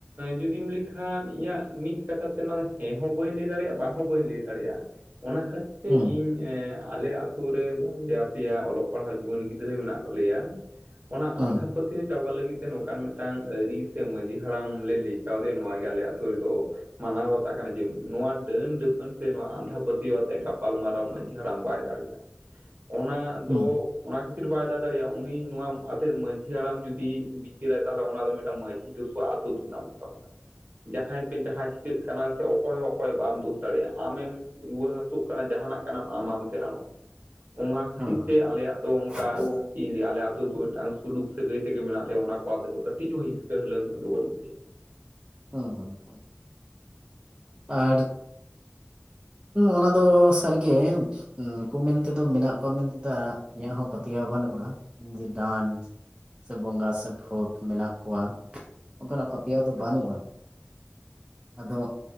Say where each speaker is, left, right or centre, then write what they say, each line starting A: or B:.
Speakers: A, on the right; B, on the right.
A: ᱡᱩᱫᱤᱢ ᱞᱟᱹᱭᱠᱷᱟᱱ ᱤᱧᱟᱹᱜ ᱢᱤᱫ ᱠᱟᱛᱷᱟ ᱛᱮ ᱱᱚᱣᱟ ᱦᱮᱸ ᱦᱚᱸ ᱵᱟᱹᱧ ᱞᱟᱹᱭ ᱫᱟᱲᱮᱭᱟᱜᱼᱟ ᱵᱟᱝ ᱦᱚᱸ ᱵᱟᱹᱧ ᱞᱟᱹᱭ ᱫᱟᱲᱮᱭᱟᱜᱼᱟ᱾ ᱚᱱᱟ ᱠᱷᱟᱹᱛ <unintelligible>
B: ᱦᱮᱸ
A: ᱤᱧ ᱟᱞᱮ ᱟᱛᱩ ᱨᱮ ᱵᱟᱨᱭᱟ ᱯᱮᱭᱟ ᱚᱞᱚᱜ ᱯᱟᱲᱦᱟᱣ ᱡᱩᱣᱟᱹᱱ ᱜᱤᱫᱽᱨᱟᱹ ᱢᱮᱱᱟᱜ ᱞᱮᱭᱟ᱾ ᱚᱱᱟ
B: ᱦᱩᱸ
A: ᱟᱸᱫᱷᱟ ᱯᱟᱹᱛᱭᱟᱹᱣ ᱪᱟᱵᱟ ᱞᱟᱹᱜᱤᱫ ᱛᱮ ᱱᱚᱝᱠᱟᱱ ᱢᱤᱫᱴᱟᱝ ᱟᱹᱨᱤ ᱥᱮ ᱢᱟᱺᱡᱷᱤ ᱦᱟᱲᱟᱢ ᱞᱮ ᱞᱟᱹᱭ ᱠᱟᱣᱫᱮᱭᱟ ᱱᱚᱣᱟᱜᱮ ᱟᱞᱮ ᱟᱛᱩ ᱨᱮᱫᱚ, ᱢᱟᱱᱟᱣ ᱵᱟᱛᱟᱜ ᱠᱟᱱᱟ ᱡᱮ ᱱᱚᱣᱟ ᱰᱟᱹᱱ ᱰᱟᱹᱯᱟᱹᱱ ᱥᱮ ᱱᱚᱣᱟ ᱟᱸᱫᱷᱟ ᱯᱟᱹᱛᱭᱟᱹᱣ ᱟᱛᱮ ᱜᱟᱯᱟᱞᱢᱟᱣ, <unintelligible> ᱦᱟᱲᱟᱢ ᱵᱟᱭ ᱫᱟᱲᱮᱭᱟᱜᱼᱟ, ᱚᱱᱟ
B: ᱦᱩᱸ
A: ᱫᱚ ᱚᱱᱟ ᱠᱷᱟᱹᱛᱤᱨ ᱵᱟᱭ <unintelligible> ᱫᱟᱲᱮᱭᱟᱜᱼᱟ ᱩᱱᱤ ᱱᱚᱣᱟ ᱟᱛᱮᱫ ᱢᱟᱺᱡᱷᱤ ᱦᱟᱲᱟᱢ ᱡᱩᱫᱤᱭ ᱵᱤᱪᱟᱹᱨᱟᱭ ᱛᱟᱦᱚᱞᱮ ᱚᱱᱟ ᱫᱚ ᱢᱤᱫᱴᱟᱱ ᱢᱟᱺᱡᱷᱤ ᱫᱳᱥᱳᱜᱟ ᱟᱹᱛᱩ ᱫᱩᱱᱱᱟᱢᱚᱜ ᱛᱟᱵᱚᱱᱟ᱾ ᱡᱟᱦᱟᱸᱭ ᱯᱮ ᱡᱟᱦᱟᱸ ᱪᱤᱠᱟᱹᱜ ᱠᱟᱱᱟ ᱥᱮ ᱚᱠᱚᱭ ᱦᱚᱸ ᱚᱠᱚᱭ ᱵᱟᱢ ᱫᱩᱥ ᱫᱟᱲᱮᱭᱟᱜᱼᱟ, ᱟᱢᱮᱢ ᱨᱩᱣᱟᱹ ᱦᱟᱹᱥᱩᱜ ᱠᱟᱱᱟ ᱡᱟᱦᱟᱱᱟᱜ ᱠᱟᱱᱟᱢ ᱟᱢ ᱟᱢᱛᱮ ᱨᱟᱱᱚᱜ ᱢᱮ᱾ ᱚᱱᱟ ᱠᱷᱟᱹᱛᱤᱨ
B: ᱦᱩᱸ ᱦᱩᱸ
A: ᱛᱮ ᱟᱞᱮᱭᱟᱜ ᱫᱚ ᱚᱱᱠᱟ
B: ᱟᱫᱚ
A: ᱪᱮᱫ ᱤᱧ ᱞᱟᱹᱭᱟ ᱟᱞᱮ ᱫᱚ ᱢᱤᱫᱴᱟᱝ ᱥᱩᱞᱩᱠ ᱥᱟᱹᱜᱟᱹᱭ ᱛᱮᱜᱮ ᱢᱮᱱᱟᱜ ᱞᱮᱭᱟ ᱚᱱᱟ ᱠᱚ ᱟᱛᱮ ᱫᱚ ᱠᱟᱹᱴᱤᱡ ᱦᱚᱸ ᱦᱤᱥᱠᱟᱹ ᱦᱟᱹᱞᱟᱹᱝ ᱫᱚ ᱵᱟᱹᱱᱩᱜ ᱞᱮᱭᱟ᱾
B: ᱦᱩᱸ ᱦᱩᱸ ᱦᱩᱸ, ᱟᱨ, ᱚᱱᱟ ᱫᱚ ᱥᱟᱹᱨᱤᱜᱮ, ᱩᱱᱠᱩ ᱢᱮᱱᱛᱮᱫᱚ ᱢᱮᱱᱟᱜ ᱠᱚᱣᱟ ᱢᱮᱱᱛᱮᱫᱚ ᱤᱧᱟᱹᱜ ᱦᱚᱸ ᱯᱟᱹᱛᱭᱟᱹᱣ ᱵᱟᱹᱱᱩᱜᱼᱟ᱾ ᱡᱮ ᱰᱟᱱ ᱥᱮ ᱵᱚᱸᱜᱟ ᱥᱮ ᱵᱷᱩᱛ ᱢᱮᱱᱟᱜ ᱠᱚᱣᱟ ᱚᱱᱠᱟᱱᱟᱜ ᱯᱟᱹᱛᱭᱟᱹᱣ ᱫᱚ ᱵᱟᱹᱱᱩᱜᱼᱟ᱾ ᱟᱫᱚ,